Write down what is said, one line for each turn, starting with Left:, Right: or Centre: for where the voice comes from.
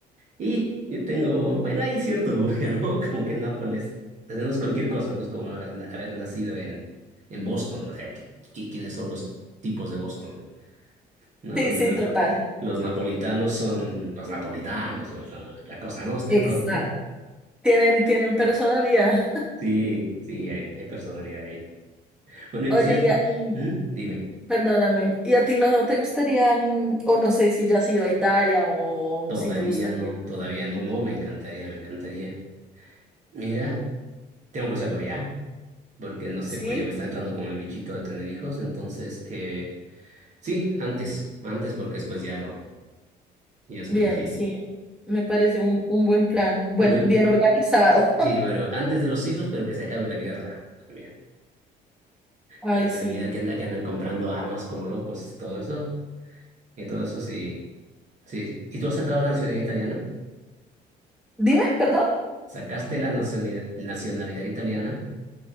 Right: Y yo tengo, bueno, hay cierto orgullo, <laughs> ¿no? Como que Nápoles, o sea, no es cualquier cosa, no es como na- haber nacido en, en Boston, o sea, qui- qui- ¿quiénes son los tipos de Boston? ¿No?
Centre: Sí,
Right: Los,
Centre: sí, total.
Right: los- los napolitanos son los napolitanos, pues, la, la cosa nostra
Centre: Exacto.
Right: y todo. <laughs>
Centre: Tienen, tienen personalidad.
Right: Sí, sí, hay, hay personalidad ahí.
Centre: <laughs>
Right: Bueno, y
Centre: Oye,
Right: quisiera,
Centre: y, a- y
Right: ¿Mm? Dime,
Centre: perdóname, ¿y a ti no te gustaría, mm, o no sé si ya has ido a Italia o
Right: todavía
Centre: si te gustaría?
Right: no, todavía no, no, me encantaría, me encantaría. Mira, tengo que hacerlo ya, porque no sé,
Centre: Sí,
Right: pues ya me está entrando con el bichito de tener hijos, entonces... Eh, Sí, antes, antes porque después ya no, ya es
Centre: bien,
Right: muy difícil.
Centre: sí. Me pareció un, un buen plan, buen,
Right: Pero
Centre: bien organizado.
Right: sí, bueno, antes de los hijos, pero que se acabe la guerra también.
Centre: <laughs> Ay,
Right: Que me
Centre: sí.
Right: da miedo que, anda- que andan comprando armas como locos, todo eso, y todo eso sí, sí. ¿Y tú has sacado la nacionalidad italiana?
Centre: Dime, perdón.
Right: ¿Sacaste la nacionalidad, nacionalidad italiana?